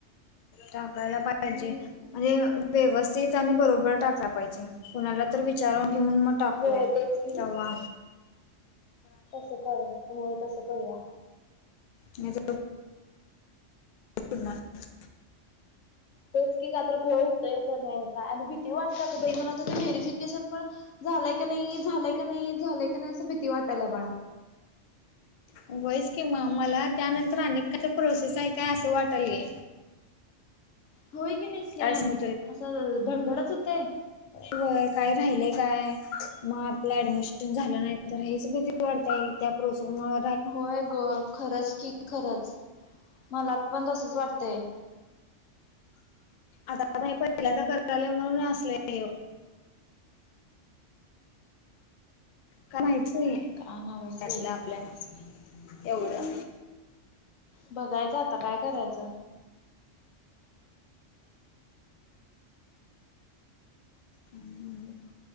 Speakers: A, on the left; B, on the left.
A: टाकायला पाहिजे
B: हम्म
A: आणि व्यवस्थित आणि बरोबर टाकला पाहिजे, कुणाला तर विचारून घेऊन म टाकू
B: होय
A: या
B: तेच
A: तवा
B: तस करू हो तसं करूया.
A: मीज <inaudible>
B: तेच की काय तर घोळ होतोयच नाही का आणि भीती वाटत ग बाई मला आ ते व्हेरिफिकेशन पण झालंय का नाही, झालंय का नाही, झालंय का नाही असं भीती वाटायल्या बाळ.
A: व्हाईस की म मला त्यानंतर अनेक काय तर प्रोसेस आहे काय असं वाटायलय.
B: होय की नाही सेम
A: काय सांगू
B: असं धडधडच होतय.
A: व्हय काय राहिलेय काय. म आपलं ऍडमिशन झालं नाही तर हेच भीती वाढते त्या प्रोसेसमुळ.
B: होय ग खरंच की खरच मला पण तसच वाटतय.
A: आता बाई पहिल्यांदा करायलोय म्हणून असलं हे. काय माहीतीच नाहीेये
B: काय नवच
A: त्यातलं
B: बाई
A: आपल्या ना एवढं.
B: बघायचं आता काय करायचं?
A: हम्म